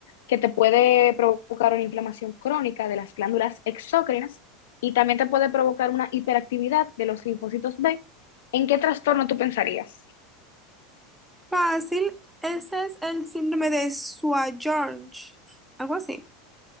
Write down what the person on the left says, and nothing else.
que te puede provocar una inflamación crónica de las glándulas exócrinas y también te puede provocar una hiperactividad de los linfocitos B, ¿en qué trastorno tú pensarías?